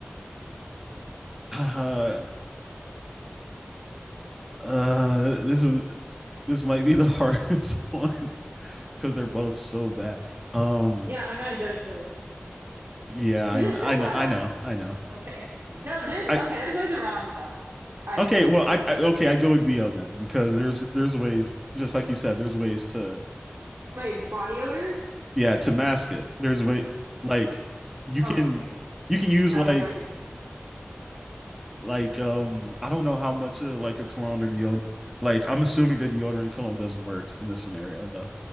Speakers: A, in the centre; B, on the right.
A: uh, uh, this is this might be the <laughs> hardest one because <laughs> they're both so bad. Um.
B: Yeah, and I'm gonna judge both.
A: Yeah. I
B: <laughs>
A: I know. I know. I know.
B: Okay. No, there's
A: I
B: okay, there's ways around though, I
A: okay.
B: think.
A: Well. I, I okay. I go with BL then because there's there's ways just like you said there's ways to
B: Wait, body odor?
A: yeah to mask it there's way like you
B: Okay.
A: can you can use
B: No,
A: like
B: judging.
A: like um i don't know how much of like a cologne or deodorant like i'm assuming that deodorant and cologne doesn't work in this scenario though